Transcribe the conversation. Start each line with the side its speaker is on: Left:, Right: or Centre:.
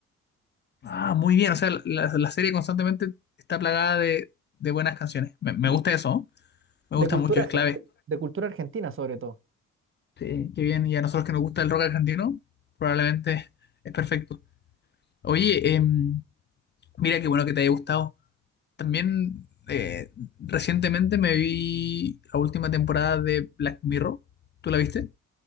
Left: Ah, muy bien. O sea, la, la serie constantemente está plagada de, de buenas canciones. Me, me
Right: De,
Left: gusta eso, ¿no? Me
Right: de
Left: gusta
Right: cultura,
Left: mucho, es
Right: arge-
Left: clave.
Right: de, de cultura argentina, sobre todo.
Left: Sí, qué bien. Y a nosotros que nos gusta el rock argentino, probablemente es perfecto. Oye, em, mira qué bueno que te haya gustado. También eh, recientemente me vi la última temporada de Black Mirror. ¿Tú la viste?